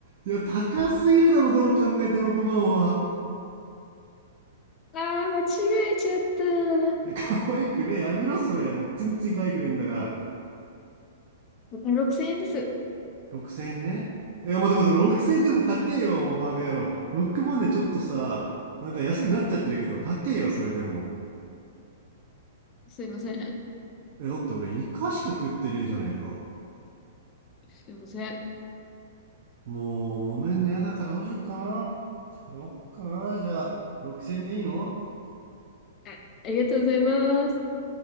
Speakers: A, on the right; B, on the left.
A: いや、高すぎるだろ、どう考えて6万は。
B: ああ、間違えちゃった。
A: いや、可愛くねえ。やめろ、それ。もう全然可愛くねえんだから。
B: 6000円です。
A: 6千円ね。いや、待て待て、6千円でも高えよ、
B: うん
A: もうバカ野郎。6万でちょっとさ、なんか安くなっちゃってるけど、高えよ、それでも。
B: すいません。
A: え、だって俺、イカしか食ってねえじゃねえか。
B: すいません。
A: もう揉めんのやだからどうしよっかな払おっかなじゃあ6000円でいいの
B: はい。ありがとうございます。